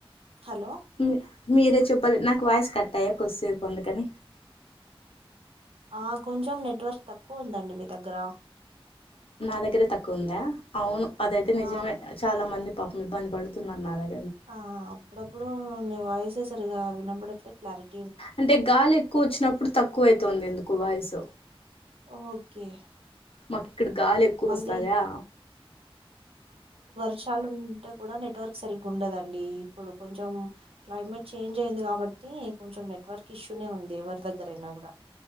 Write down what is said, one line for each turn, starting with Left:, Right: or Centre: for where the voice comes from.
Right: హలో
Left: మీ- మీరే చెప్పాలి నాకు వాయిస్ కట్టయ్యా కొద్దిసేపు ఎందుకని
Right: ఆ కొంచెం నెట్వర్క్ తక్కువ ఉందండి మీ దగ్గర
Left: నా దగ్గరే తక్కువ ఉందా అవును అదైతే
Right: ఆ
Left: నిజమే చాలా మంది పాపం ఇబ్బంది పడుతున్నారు నా దగ్గర
Right: ఆ అప్పుడప్పుడు మీ వాయిస సరిగా వినబడట్లే క్లారిట్
Left: అంటే గాలి ఎక్కువ వచ్చినప్పుడు తక్కువ అైతుంది ఎందుకో వాయసు
Right: ఓకే
Left: మాకు ఇక్కడ గాలి ఎక్కువ
Right: మళ్ళీ
Left: వస్తదా
Right: వర్షలు ఉంటే కూడా నెట్వర్క్ సరిగ్ ఉండదండి ఇప్పుడు కొంచెం క్లైమేట్ చేంజ్ అయింది కాబట్ టి కొంచెం నెట్వర్క్ ఇష్యూనే ఉంది ఎవరి దగ్గరైనా కూడా